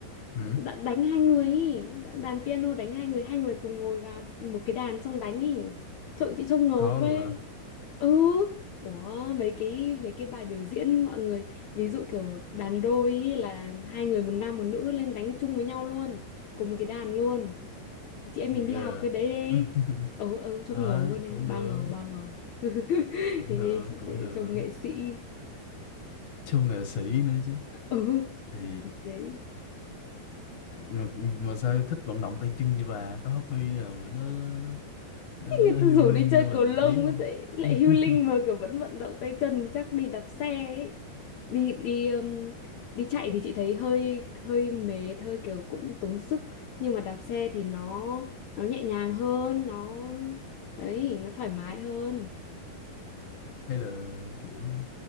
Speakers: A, on the left (about 60°); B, on the left (about 80°).
A: ừ,
B: đã đánh hai người ý Đã- đàn piano đánh hai người hai người cùng ngồi vào một cái đàn xong đánh ý trông chị trông ngầu
A: khó
B: với
A: luôn hả?
B: ừ Ủa, mấy cái mấy cái bài biểu diễn mọi người ví dụ kiểu đàn đôi ý là hai người một nam một nữ lên đánh chung với nhau luôn cùng một cái đàn luôn Thì chị em
A: gì
B: mình đi
A: cơ
B: học cái
A: à?
B: đấy đi
A: <laughs>
B: ừ ừ trông
A: ờ
B: ngầu luôn em
A: cũng
B: bao
A: được
B: ngầu bao ngầu <laughs>
A: cũng
B: thì
A: được
B: chị-
A: cũng
B: chị-
A: được
B: trông nghệ sĩ
A: siêu nghệ sĩ nữa chứ
B: ừ
A: thì
B: thì đấy
A: mà, mà sao thích vận động tay chân như bà có hobby nào mà nó nó, nó, nó
B: người
A: nó healing
B: ta rủ đi chơi
A: cho mình
B: cầu lông
A: tí không
B: ấy, tại
A: <laughs>
B: lại healing mà kiểu vẫn vận động tay chân chắc đi đạp xe ấy. đi đi um, đi chạy thì chị thấy hơi hơi mệt hơi kiểu cũng tốn sức nhưng mà đạp xe thì nó nó nhẹ nhàng hơn nó ấy nó thoải mái hơn
A: hay là kiểu